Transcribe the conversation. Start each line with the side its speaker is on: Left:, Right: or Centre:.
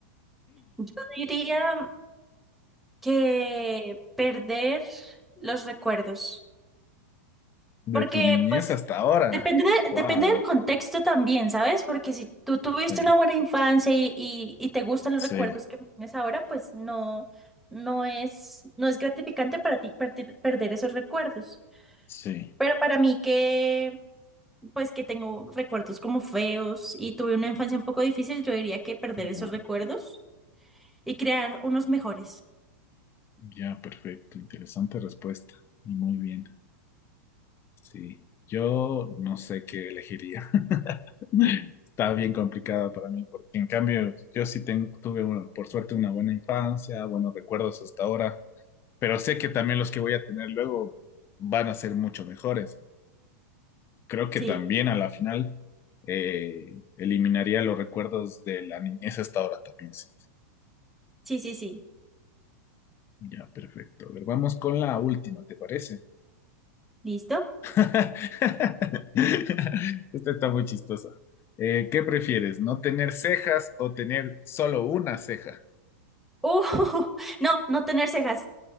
Centre: Yo diría que perder los recuerdos. Porque,
Left: De tu niñez
Centre: pues,
Left: hasta ahora.
Centre: depende de-
Left: Wow.
Centre: depende del contexto también, ¿sabes? Porque si tú tuviste
Left: Sí.
Centre: una buena infancia y, y, y te gustan los
Left: Sí,
Centre: recuerdos que tienes ahora, pues no, no es, no es gratificante para ti perder, perder esos recuerdos.
Left: sí.
Centre: Pero para mí que, pues, que tengo recuerdos como feos y tuve una infancia un poco difícil, yo diría que perder esos
Left: Ya,
Centre: recuerdos y crear unos mejores.
Left: ya, perfecto. Interesante respuesta. Y Muy bien. Sí. Yo no sé qué elegiría. <laughs> Está bien complicado para mí, porque en cambio yo sí tengo, tuve, una- por suerte, una buena infancia, buenos recuerdos hasta ahora, pero sé que también los que voy a tener luego van a ser mucho mejores. Creo que
Centre: Sí,
Left: también a la final eh, eliminaría los recuerdos de la niñez hasta ahora también, sí.
Centre: sí, sí, sí.
Left: Ya, perfecto. A ver, vamos con la última, ¿te parece?
Centre: ¿Listo?
Left: <laughs> Esta está muy chistosa. Eh, ¿qué prefieres? ¿No tener cejas o tener solo una ceja?
Centre: Uh, <laughs> no, no tener cejas.